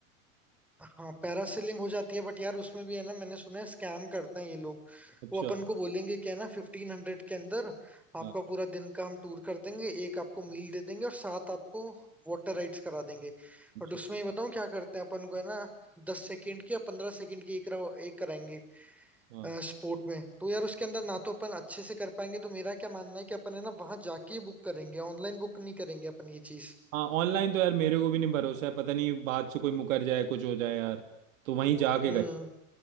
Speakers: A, in the centre; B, on the right (about 65°).
A: हाँ पैरासेलिंग हो जाती है बट यार उसमें भी है ना मैंने सुना है स्कैम करते हैं ये लोग
B: अच्छा
A: वो अपन को बोलेंगे क्या है ना फिफ्टीन हंड्रेड के अंदर आपका
B: हाँ
A: पूरा दिन का हम टूर कर देंगे एक आपको मील दे देंगे और साथ आपको वाटर राइड्स करा देंगे
B: अच्छा
A: बट उसमें ये बताऊँ क्या करते हैं अपन को है ना दस सेकंड की या पंद्रह सेकंड की एक करा- एक कराएंगे
B: हाँ
A: स्पोर्ट में तो यार उसके अंदर ना तो अपन अच्छे से कर पाएंगे तो मेरा क्या मानना है कि अपन है ना वहां जाके बुक करेंगे ऑनलाइन बुक नहीं करेंगे अपन ये चीज
B: हाँ ऑनलाइन तो यार मेरे को भी नहीं भरोसा है पता नहीं बात से कोई मुकर जाए कुछ हो जाए यार तो वहीं जाके
A: हम्म
B: कर